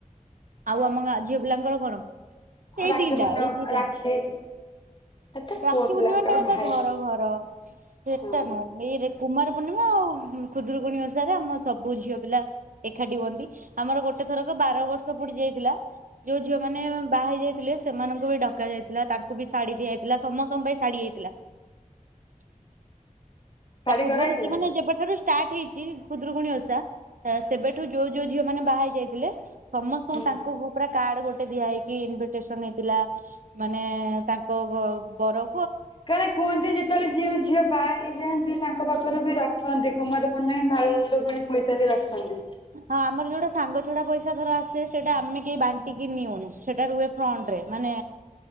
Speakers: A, on the right; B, on the left.
A: ଆଉ ଆମ ଗାଁ ଝିଅ ପିଲାଙ୍କର କଣ? ଏଇ
B: ରାକ୍ଷୀ
A: ଦିଟା
B: ପୂର୍ଣ୍ଣମା
A: ଏଇ ଦିଟା
B: ରାକ୍ଷୀ ଏତେ
A: ରାକ୍ଷୀ
B: ପୁଅ ପିଲାଙ୍କର
A: ପୂର୍ଣ୍ଣିମା ଟା
B: ଭାଇ
A: ତା ଘର ଘର । ସେଟା
B: ହଁ
A: ନୁହେଁ ଏଇ କୁମାର ପୂର୍ଣ୍ଣିମା ଆଉ ଖୁଦୁରୁକୁଣୀଓଷାରେ ଆମ ସବୁ ଝିଅ ପିଲା ଏକାଠି ହୁଅନ୍ତି ଆମର ଗୋଟେ ଥରକ ବାରବର୍ଷ ପୁଡି ଯାଇଥିଲା ଯୋଉ ଝିଅ ମ ମାନେ ବାହାହୋଇ ଯାଇଥିଲେ ସେମାନଙ୍କୁ ବି ଡକା ଯାଇଥିଲା ତାଙ୍କୁ ବି ଶାଢୀ ଦିଆଯାଇଥିଲା ସମସ୍ତଙ୍କ ପାଇଁ ଶାଢୀ ହୋଇଥିଲା । <unintelligible>
B: ଶାଢୀ
A: ତା ପୂର୍ବରୁ
B: କରାହେଇଥିଲା?
A: ମାନେ ଯେବେଠାରୁ ଷ୍ଟାର୍ଟ ହେଇଛି ଖୁଦୁରୁକୁଣୀଓଷା ସେବେଠୁ ଯୋଉ ଯୋଉ ଝିଅ ମାନେ ବାହା ହେି ଯାଇଥିଲେ ସମସ୍ତଙ୍କୁ
B: ହୁଁ।
A: ତାଙ୍କ ପୁରା କାର୍ଡ ଗୋଟେ ଦିଆ ହେଇକି ଇନଭିଟେସନ ହେଇଥିଲା ମାନେ ତାଙ୍କ ବର
B: କାରଣ କୁହନ୍ତି ଯେତେବେଳେ ଝିଅ ଝିଅ ବାହା ହେଇଯାଆନ୍ତି ତାଙ୍କ ପାଖରୁ ବି ରଖନ୍ତି କୁମାରପୂର୍ଣ୍ଣମୀ ଭାଲୁ ଗଣ ପଇସା ବି ରଖନ୍ତି ।
A: ହଁ ଆମର ଯୋଉଟା ସାଙ୍ଗ ଛଡାପଇସାଧର ଆସେ ସେଇଟା ଆମେ କେହି ବା ଟିକେ ନିଅନି ସେଟା ରୁହେ ଫ୍ରଣ୍ଟ ରେ। ମାନେ